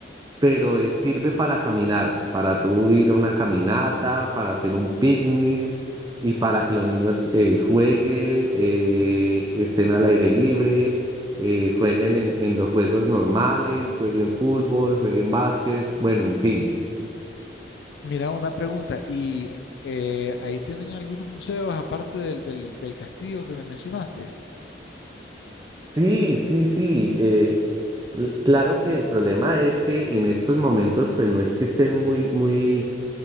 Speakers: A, on the right; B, on the left.
A: pero eh, sirve para caminar, para tú ir a una caminata, para hacer un picnic y para que los niños eh, jueguen, eh, estén al aire libre. eh, jueguen en, en los juegos normales, jueguen fútbol, jueguen básquet, bueno, en fin.
B: Mira, una pregunta. ¿Y eh, ahí tienen algunos museos aparte del, del, del castillo que me mencionaste?
A: Sí, sí, sí. eh, l- claro que el problema es que en estos momentos, pues no es que estén muy, muy,